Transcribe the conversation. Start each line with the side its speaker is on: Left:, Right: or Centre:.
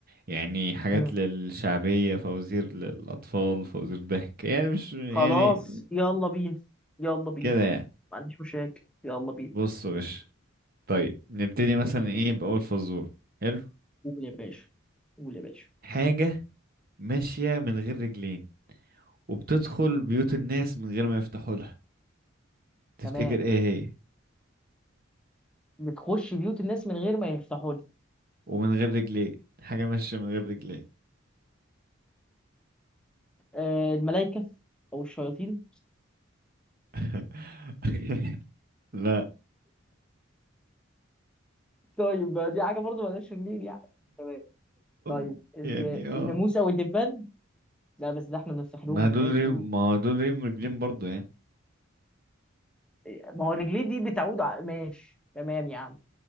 Right: يعني حاجات
Centre: مم.
Right: للشعبية فوازير للأطفال فوازير ضحك يعني مش يعني
Centre: خلاص يلا بينا يلا بينا
Right: كده يعني
Centre: ما عنديش مشاكل يلا بينا
Right: بص يا باشا طيب نبتدي مثلا
Centre: قول
Right: ايه بأول فزور حلو
Centre: قول يا باشا قول يا باشا
Right: حاجة ماشية من غير رجلين وبتدخل بيوت الناس من غير ما يفتحوا لها تفتكر
Centre: تمام
Right: ايه هي
Centre: بتخش بيوت الناس من غير ما يفتحوا لك
Right: ومن غير رجلين حاجة ماشية من غير رجلين
Centre: آه الملائكه او الشياطين
Right: <laughs> لا
Centre: طيب ما دي حاجه برضه مالهاش رجلين يعني تمام طيب
Right: <laughs>
Centre: ال-
Right: يعني اه
Centre: الناموس او الدبان لا بس ده احنا بنفتح لهم
Right: ما
Centre: الباب
Right: دول ريم
Centre: دول
Right: ما دول ريم مرجلين برضو يعني
Centre: إيه، ما هو رجليه دي بتعود ع... ماشي تمام يا عم